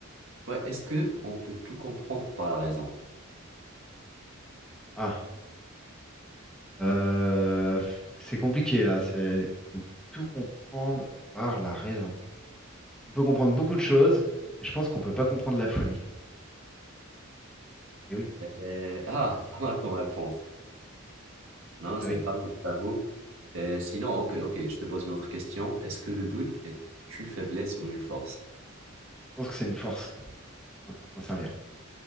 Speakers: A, on the right; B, in the centre.
A: Ouais, est-ce que on peut tout comprendre par la raison?
B: Ah, euh, c'est compliqué là. C'est, on peut tout comprendre par la raison. On peut comprendre beaucoup de choses, mais je pense qu'on peut pas comprendre la folie. Et oui,
A: Euh, ah, <laughs> pas mal comme réponse. Non, non,
B: ah
A: c'est
B: oui.
A: pas mal, je t'avoue. Euh, sinon, ok, ok, je te pose une autre question. Est-ce que le doute est une faiblesse ou une force?
B: Je pense que c'est une force quand tu sais t'en servir.